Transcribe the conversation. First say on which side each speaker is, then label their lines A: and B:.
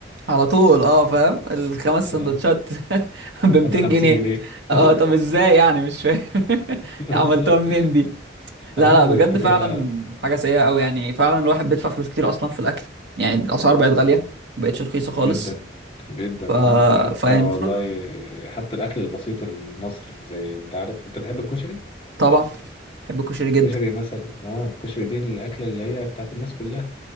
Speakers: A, on the right; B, on the left.
A: على طول اه فاهم الخمس
B: آه،
A: سندوتشات <laughs> ب 200
B: ب 50
A: جنيه
B: جنيه
A: اه
B: <laughs>
A: طب ازاي يعني مش فاهم <laughs>
B: بالظبط
A: عملتوها منين دي لا
B: ايوه
A: لا بجد
B: انت تبقى
A: فعلا حاجة سيئة أوي يعني فعلا الواحد بيدفع فلوس كتير أصلا في الأكل يعني الأسعار بقت غالية مبقتش رخيصة خالص
B: جدا جدا
A: ف...
B: اه ده حتى
A: فيعني
B: والله
A: المفروض
B: حتى الاكل البسيط المصري زي انت عارف انت بتحب الكشري
A: طبعا بحب الكشري جدا
B: الكشري مثلا اه الكشري دي الاكله اللي هي بتاعت الناس كلها